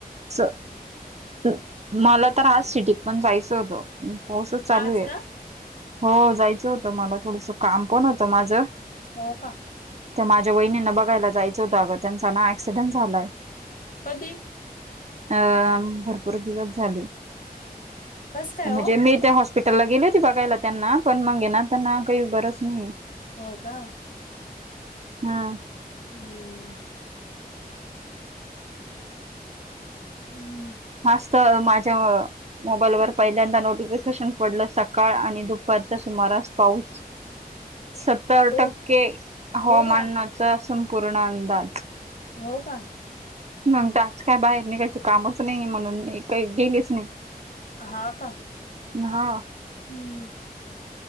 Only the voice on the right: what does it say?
चल मला तर आज सिटीत पण जायचं होतं. पाऊसच चालू
आहे.
हो, जायचं होतं मला, थोडंसं काम पण होतं माझं.
त्या माझ्या वहिणींना बघायला जायच होतं आगं, त्यांचा ना ऍक्सिडेंट झालाय.
अ भरपूर दिवस झाले,
म्हणजे
मी ते हॉस् पीटलला गेले होती बघायला त्यांना, पण मंग ये ना त्यांना काही बरंच नाहीये.
हा.
आज तर माझ्यामुळ मोबाईलवर पहिल्यांदा नोटिफिकेशन पडलं सकाळ आणि दुपारच्या सुमारास पाऊस, सत्तर
टक्के हवामानात
चा संपूर्ण अंदाज.
मंग तर आज काय बाहेर निघायच कामच नाही, म्हणून मी काही गेलेच नाही.
हा